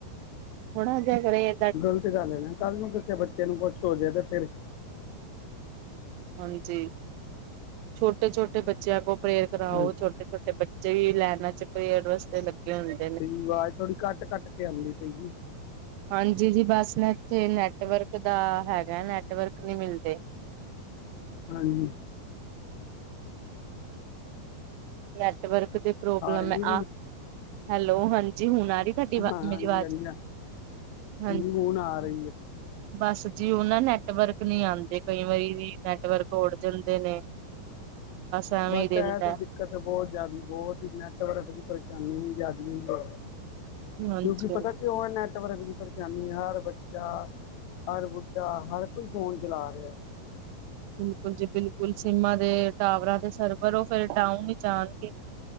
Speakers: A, on the right; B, on the left.
A: ਥੋੜਾ ਜਾ ਅਗਰ ਏ
B: ਗ਼ਲਤ ਗੱਲ ਹੈ ਨਾ ਕੱਲ ਨੂੰ ਕਿਸੇ ਬੱਚੇ ਨੂੰ ਕੁੱਛ ਹੋ ਜਾਵੇ ਤੇ ਫਿਰ
A: ਹਾਂਜੀ, ਛੋਟੇ ਛੋਟੇ ਬੱਚਿਆਂ ਕੋਲ ਪ੍ਰੇਅਰ ਕਰਾਓ
B: ਹਾਂਜੀ
A: ਛੋਟੇ ਛੋਟੇ। ਤੇ ਬੱਚੇ ਵੀ ਲੈਨਾਂ ਚੱ ਪਰੇਅਰ ਵਸਤੇ ਲੱਗੇ ਹੁੰਦੇ ਨੇ।
B: ਮੇਰੀ ਆਵਾਜ਼ ਥੋੜੀ ਕੱਟ ਕੱਟ ਕੇ ਆਉਂਦੀ ਪਈ ਏ।
A: ਹਾਂਜੀ ਜੀ ਬਸ ਨਾ ਇੱਥੇ ਨੈਟਵਰਕ ਦਾ ਹੈਗਾ ਨੈਟਵਰਕ ਨਹੀਂ ਮਿਲਦੇ।
B: ਹਾਂਜੀ।
A: ਨੈਟਵਰਕ ਦੇ ਪ੍ਰੋਬਲਮ
B: ਹੀ
A: ਹੈ
B: ਨਹੀਂ ਰਹੀ
A: ਆ ਹੈਲੋ, ਹਾਂਜੀ। ਜੀ ਹੁਣ ਆ ਰਹੀ ਤੁਹਾਡੀ
B: ਹਾਂ ਹਾਂਜੀ
A: ਮੇਰੀ ਵਾਜ
B: ਹਾਂਜੀ ਹਾਂ।
A: ਹਾਂਜੀ।
B: ਹੁਣ ਆ ਰਹੀ ਹੈ
A: ਬਸ ਜੀ ਉਹ ਨਾ ਨੈਟਵਰਕ ਨਹੀਂ ਆਉਂਦੇ ਕਈ ਵਾਰੀ। ਨੈਟਵਰਕ ਊਡ ਜਾਂਦੇ ਨੇ। ਐਵੇਂ
B: ਬਸ
A: ਹੀ ਰਹਿੰਦਾ
B: ਇਹ ਤਾਂ ਦਿੱਕਤ ਬਹੁਤ ਜ਼ਿਆਦਾ ਬਹੁਤ ਹੀ ਨੈਟਵਰਕ ਦੀ ਪਰੇਸ਼ਾਨੀ ਨਈ ਜਾਂਦੀ ਹੋ।
A: ਹਾਂਜੀ
B: ਕਿਉਂਕਿ
A: ਹਾਂਜੀ
B: ਪਤਾ ਕਿਉ ਹੈ ਨੈਟਵਰਕ ਦੀ ਪਰੇਸ਼ਾਨੀ ਹਰ ਬੱਚਾ। ਹਰ ਬੁੱਢਾ ਹਰ ਕੋਈ ਫੋਨ ਚਲਾ ਰਿਹਾ।
A: ਬਿਲਕੁਲ ਜੀ ਬਿਲਕੁਲ ਸਿੰਮਾਂ ਦੇ ਟਾਵਰਾਂ ਤੇ ਸਰਵਰ ਉਹ ਫੇਰ ਢਾਊਨ ਹੀ ਜਾਣਗੇ।